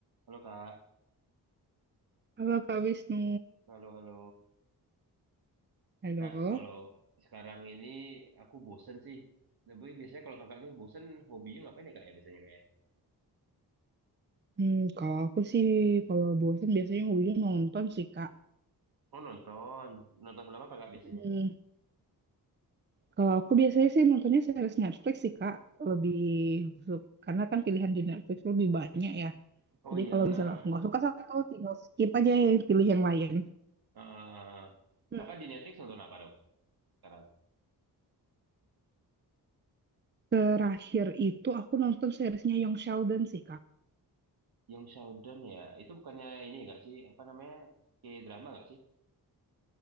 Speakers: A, on the right; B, on the right.
A: Halo Kak,
B: Halo Kak Wisnu.
A: halo halo
B: Halo.
A: Kak. Kalau sekarang ini aku bosen sih. Tapi biasanya kalau kakak ini bosen, hobinya ngapain ya Kak ya biasanya kayak?
B: Hmm, kalau aku sih, kalau bosan biasanya ujung nonton sih Kak.
A: Oh nonton, nonton film apa Kak biasanya?
B: Hmm, kalau aku biasanya sih nontonnya series Netflix sih Kak. Lebih su- karena kan pilihan di Netflix lebih banyak ya.
A: Oh
B: Jadi
A: iya
B: kalau
A: benar.
B: misalnya aku nggak suka satu, tinggal skip aja ya, pilih yang lain.
A: Heeh.
B: Hmm,
A: kakak di Netflix nonton apa dong sekarang?
B: Terakhir itu aku nonton seriesnya Young Sheldon sih Kak.
A: Yang Showdown ya, itu bukannya ini nggak sih? Apa namanya? Kayak drama nggak sih?